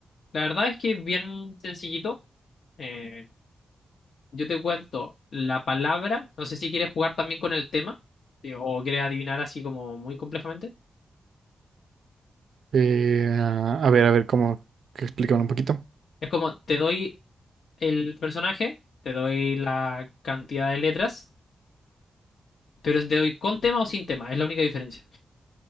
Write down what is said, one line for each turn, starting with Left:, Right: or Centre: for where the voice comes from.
Left: la verdad es que es bien sencillito. Eh, yo te cuento la palabra. No sé si quieres jugar también con el tema eh, o quieres adivinar así como muy complejamente.
Right: eh, a a ver, a ver cómo que explican un poquito.
Left: Es como te doy el personaje, te doy la cantidad de letras, pero te doy con tema o sin tema. Es la única diferencia.